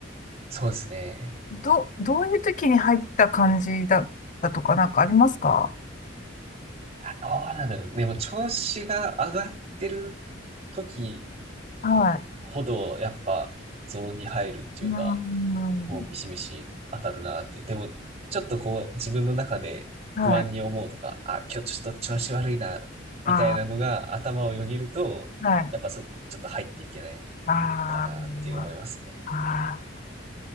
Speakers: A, on the right; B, on the left.
A: そうですね。
B: ど、どういう時に入った感じだったとかなんかありますか
A: どうなんだろう。でも調子が上がってる時
B: はい。
A: ほど、やっぱゾーンに入るっていうか、
B: うーん。
A: もうビシビシ当たるなって。でも、ちょっとこう自分の中で不安に思うとか、
B: はい。
A: あ、今日ちょっと調子悪いな、みたいなのが頭をよぎると、
B: ああ、はい。
A: やっぱそこちょっと入っていけないかなって思いますね。
B: ああ、まああ、